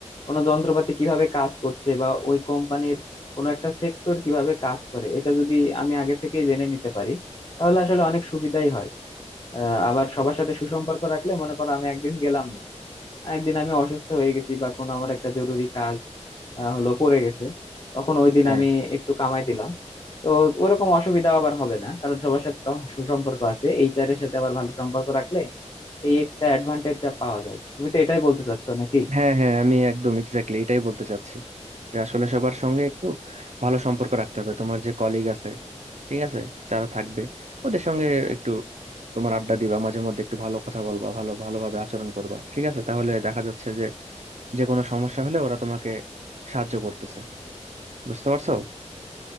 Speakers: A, on the left; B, on the right.
A: কোনো যন্ত্রপাতি কিভাবে কাজ করছে বা ওই কোম্পানির কোনো একটা সেক্টর কিভাবে কাজ করে এটা যদি আমি আগে থেকেই জেনে নিতে পারি তাহলে আসলে অনেক সুবিধাই হয় আহ, আবার সবার সাথে সুসম্পর্ক রাখলে মনে করো আমি একদিন গেলাম না একদিন আমি অসুস্থ হয়ে গেছি বা কোনো আমার একটা জরুরি কাজ আহ হলো পড়ে গেছে তখন ওই দিন
B: হ্যাঁ
A: আমি একটু কামাই দিলাম তো ওরকম অসুবিধা আবার হবে না কারণ সবার সাথে তো আমার সুসম্পর্ক আছে এইচআর এর সাথে আবার ভালো সম্পর্ক রাখলে এই এক্সট্রা অ্যাডভান্টেজ যা পাওয়া যায় তুমি তো এটাই বলতে চাচ্ছ নাকি
B: হ্যাঁ হ্যাঁ আমি একদম এক্স্যাক্টলি এটাই বলতে চাচ্ছি যে আসলে সবার সঙ্গে একটু ভালো সম্পর্ক রাখতে হবে তোমার যে কলিগ আছে ঠিক আছে যারা থাকবে ওদের সঙ্গে একটু তোমার আড্ডা দিবা মাঝে মধ্যে একটু ভালো কথা বলবা ভালো ভালোভাবে আচরণ করবা ঠিক আছে তাহলে দেখা যাচ্ছে যে যে কোনো সমস্যা হলে ওরা তোমাকে সাহায্য করতেছে বুঝতে পারছো